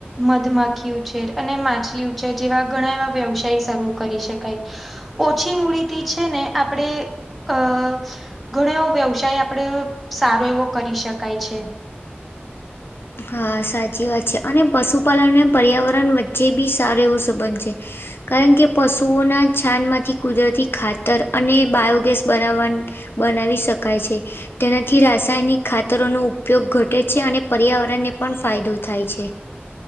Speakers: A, in the centre; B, on the left.
A: મધમાખી ઉછેર, અને માછલી ઉછેર. જેવા ઘણા એવા વ્યવસાય શરૂ કરી શકાય. ઓછી મૂડીથી છે, ને આપણે અ ઘણો એવો વ્યવસાય આપડે સારો એવો કરી શકાય છે.
B: હા સાચી વાત છે, અને પશુપાલનને પર્યાવરણ વચ્ચે બી સારો એવો સંબંધ છે. કારણ કે, પશુઓના છાણમાંથી કુદરતી ખાતર અને બાયોગેસ બનાવવાની બનાવી શકાય છે, તેનાથી રાસાયણિક ખાતરોનો ઉપયોગ ઘટે છે, અને પર્યાવરણ આપણને પણ ફાયદો થાય છે,